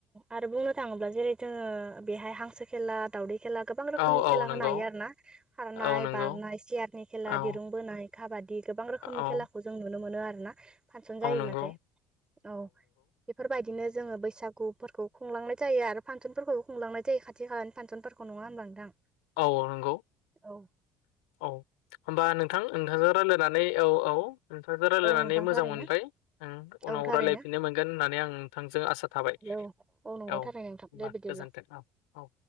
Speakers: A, on the right (about 20°); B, on the left (about 80°).
A: आरो बुंनो थाङोब्ला जेरै जोङो बेहाय हांसो खेला दावदै खेला गोबां रोखोमनि
B: औ औ
A: खेला
B: नंगौ
A: होनो हायो आरो ना। खारनाय
B: औ नंगौ
A: बारनाय सियारनि खेला
B: औ
A: दिरुं बोनाय काबादि गोबां रोखोमनि
B: औ
A: खेला खौ जों नुनो मोनो आरोना फांसन जायोब्लाथाय
B: औ नंगौ
A: औ। बेफोर बायदिनो जोङो बैसागु। गुफोरखौ खुंलांनाय जायो आरो फांसनफोरखौबो खुंलांनाय जायो खाथि खालानि फांसनफोरखौ नङा होनबा नोंथां।
B: औ नंगौ
A: औ
B: औ। होमबा नोंथां नोंथांजों रायज्लायनानै औ औ नोंथांजों रायज्लायनानै
A: औ नोंथां
B: मोजां
A: थारैनो
B: मोनबाय। उनाव
A: औ थारैनो
B: रायज्लायफिननो मोनगोन होननानै आं नोंथांजों आसा। थाबाय
A: औ नंगौ
B: औ
A: थारैनो
B: होनबा
A: नोंथां दे बिदिब्ला
B: गोजोन्थों औ। औ